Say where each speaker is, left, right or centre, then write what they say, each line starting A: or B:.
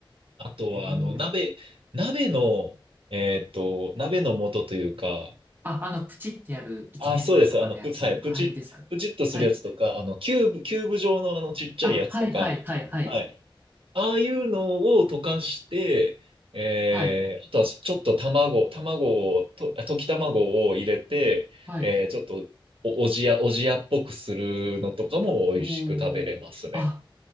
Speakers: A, on the right; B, on the right.
A: あとは、
B: あ、ええ
A: あの、鍋、鍋の、えっと、鍋の素というか、
B: あ、あの、プチってやる一人前とかのやつはい、
A: あ、そうです。あの、プ、はい、プチ、
B: ですかはい。
A: プチッとするやつとか、あの、キューブ、キューブ状のあのちっちゃいやつとか、
B: あ、はい、はい、はい、はい。
A: はい。ああいうのを溶かして、えー、
B: はい、
A: あとはちょっと卵、卵を、と、溶き卵を入れて、
B: はい。
A: えー、ちょっとお、おじや、おじやっぽくするのとかも美味しく食べれますね。
B: おー。あ、